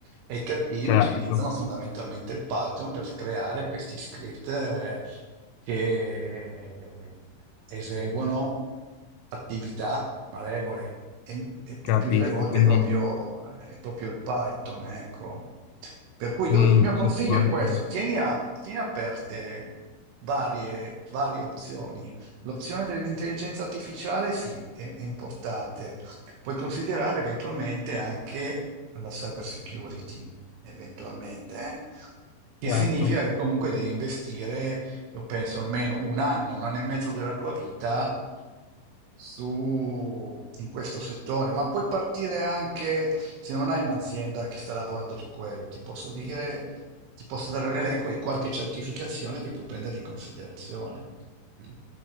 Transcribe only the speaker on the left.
Certo,
capisco,
quindi
in
sostanza,
certo.